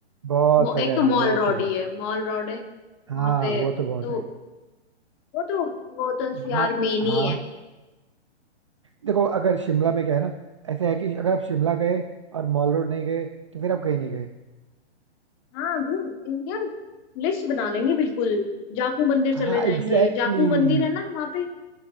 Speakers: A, on the right; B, on the left.
A: बहुत
B: मो-
A: जगह
B: एक
A: है
B: तो
A: भाई
B: मॉल
A: बहुत
B: रोड
A: जगह
B: ही
A: है
B: है मॉल रोड है
A: हाँ
B: वहां पे
A: वो तो बहुत
B: तो
A: है
B: वो तो वो तो
A: वहाँ
B: यार मेन
A: हाँ
B: ही है
A: देखो अगर शिमला में क्या है ना ऐसा है कि अगर आप शिमला गए और मॉल रोड नहीं गए तो फिर आप कहीं नहीं गए
B: हाँ गुड यार लिस्ट बना लेंगे बिल्कुल जापू मंदिर चले
A: हाँ
B: जाएंगे
A: एग्जैक्टली
B: जापू मंदिर
A: exactly.
B: है ना वहाँ पे